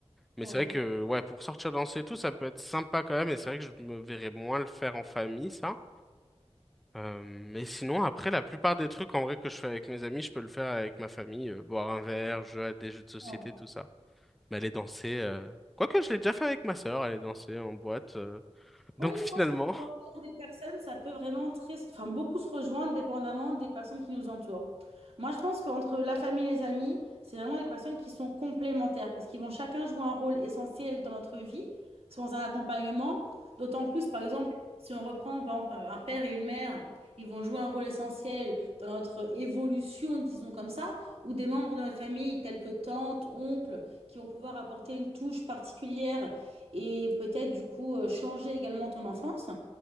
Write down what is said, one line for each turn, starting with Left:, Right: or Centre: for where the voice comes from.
Centre: Mais
Right: Oui.
Centre: c'est vrai que ouais, pour sortir danser et tout, ça peut être sympa quand même, et c'est vrai que je me verrais moins le faire en famille, ça. Euh, mais sinon, après, la plupart des trucs en vrai que je fais avec mes amis, je peux le faire avec ma famille. euh, boire un verre, jouer à des jeux de société,
Right: oui.
Centre: tout ça. Mais aller danser, euh... quoique je l'ai déjà fait avec ma sœur, aller danser en boîte. euh.
Right: Oui,
Centre: Donc
Right: je
Centre: finalement,
Right: pense que dépendamment des personnes, ça peut vraiment très, enfin, beaucoup se rejoindre dépendamment des personnes qui nous entourent. Moi, je pense qu'entre la famille et les amis, c'est vraiment des personnes qui sont complémentaires parce qu'ils vont chacun jouer un rôle essentiel dans notre vie, sans un accompagnement. D'autant plus, par exemple, si on reprend par exemple, un père et une mère, ils vont jouer un rôle essentiel dans notre évolution, disons comme ça, ou des membres de notre famille tels que tante, oncle, qui vont pouvoir apporter une touche particulière et peut-être du coup euh, changer également ton enfance.